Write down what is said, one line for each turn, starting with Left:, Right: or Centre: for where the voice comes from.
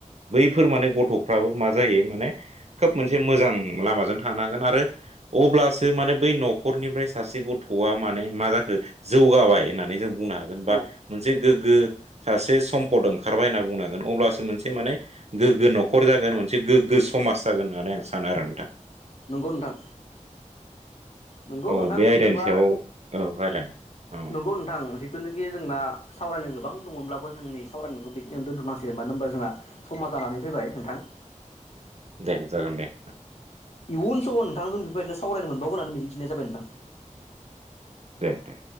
Right: बैफोर माने गथ'फ्राबो मा जायो माने खोब मोन मोनसे मोजां लामाजों थांनो हागोन आरो अब्लासो माने बै न'खरनिफ्राय सासे गथ'आ माने मा जाखो जौगाबाय होननानै जों बुंनो हागोन बा
Left: औ
Right: मोनसे गोग्गो सासे सम पद ओंखारबाय होनना बुंनांगोन अब्लासो मोनसे माने गोग्गो न'खर जागोन मोनसे गोग्गो समाज जागोन होननानै आं सानो आरो नोंथां
Left: नंगौ नोंथां नंगौ
Right: औ
Left: नोंथां
Right: बे
Left: बिदिब्ला
Right: आयदानि सायाव औ रायलायनो औ
Left: नंगौ नोंथां जिथुनाखि जोंना सावरायनो गोबां दंमोनब्लाबो जोंनि सावरायनायखौ बेखिनियावनो दोनथ'नांसिगोन मानो होनबा जोंहा समा जानानै फैबाय नोंथां।
Right: दे जागोन दे
Left: इयुन समाव नोंथां जों बेफोरबायदिनो सावरायनो मोनबावगोन होननानै मिजिंथिनाय जाबाय नोंथां
Right: दे दे